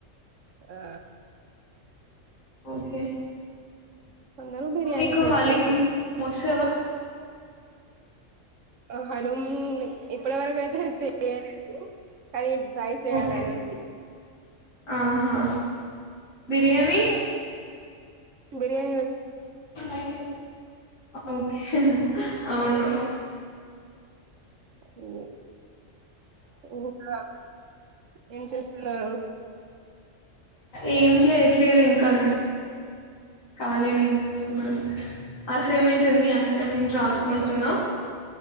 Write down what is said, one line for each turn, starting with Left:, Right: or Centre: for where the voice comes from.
Right: ఆ
Left: ఓకే
Right: ఆ కొందరు బిర్యానీ
Left: మీకు
Right: చేసుకుంట
Left: హలీం వస్తుందా
Right: హలీమ్ ఇప్పటి వరకు అయితే చెయలేదు, కానీ ట్రై చేయాలని
Left: ఓకే
Right: ఉంది.
Left: ఆహా బిర్యానీ
Right: బిరియాని
Left: అై ఓకే అవును
Right: అది ఇంకా ఏం చేస్తున్నారు
Left: ఏం చేయట్లేదు ఇంకా నేను కాలిగానే ఉన్నాను అస్ సమెంట్ ఉంది అసైమెంట్ రాసుకుంటున్నా